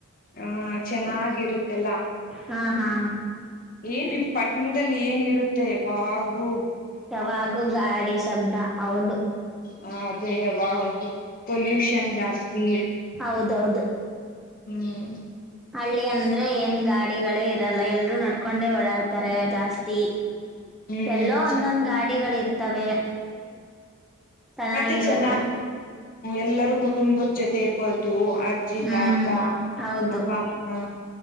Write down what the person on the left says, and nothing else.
ಹ ಚೆನ್ನಾಗಿರತ್ತೆಲ್ಲ.
ಏನ್ ಈ ಪಟ್ಟಣದಲ್ಲಿ ಏನ್ ಇರತ್ತೆ ಯಾವಾಗು
ಹ ಅದೇ ಯವ ಪೊಲ್ಯೂಷನ್ ಜಾಸ್ತಿ.
ಹ್ಮ.
ಹ್ಮ್
ಹ್ಮ್
ಮತ್ತೆ ಚೆನ್ನ ಎಲ್ಲರೂ ಕುಟುಂಬದ ಜೊತೆ ಇರ್ಬೋದು. ಜಿ
ತಾತ
ಅಪ್ಪ ಅಮ್ಮ